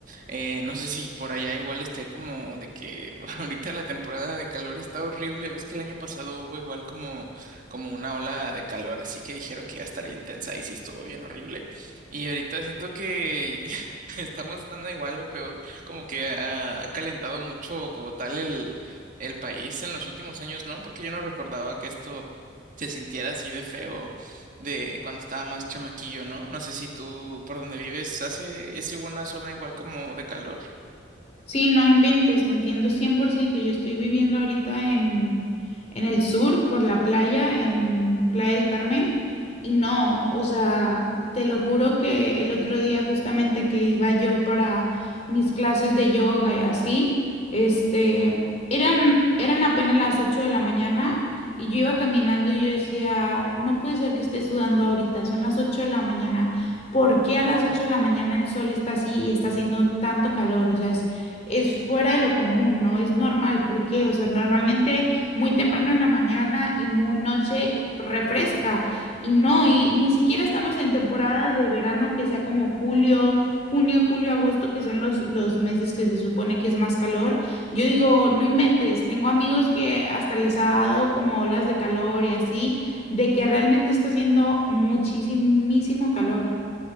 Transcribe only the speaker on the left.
Sí, no inventes, te entiendo 100%. Yo estoy viviendo ahorita en, en el sur, por la playa, en Playa del Carmen, y no, o sea, te lo juro que el otro día justamente que iba yo para mis clases de yoga y así, este, eran, eran apenas las 8 de la mañana y yo iba caminando y yo decía, no puede ser que esté sudando ahorita, son las 8 de la mañana. ¿Por qué a las ocho de la mañana el sol está así y está haciendo tanto calor? O sea, es es fuera de lo común, no es normal, ¿por qué? o sea, normalmente muy temprano en la mañana y muy noche refresca, y no, y ni siquiera estamos en temporada de verano que sea como julio, junio, julio, agosto, que son los, los meses que se supone que es más calor. Yo digo, no inventes, tengo amigos que hasta les ha dado como olas de calor y así, de que realmente está haciendo muchísimo calor.